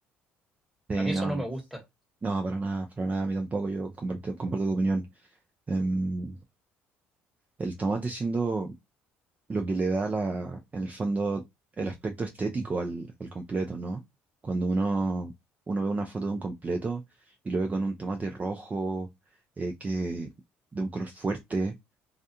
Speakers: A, on the right (about 25°); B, in the centre.
A: Sí,
B: A mí eso
A: no,
B: no me gusta.
A: no, para nada, para nada, a mí tampoco, yo comparto, comparto tu opinión. Em, el tomate siendo lo que le da la, en el fondo el aspecto estético al, al completo, ¿no? Cuando uno, uno ve una foto de un completo y lo ve con un tomate rojo, eh, que, de un color fuerte,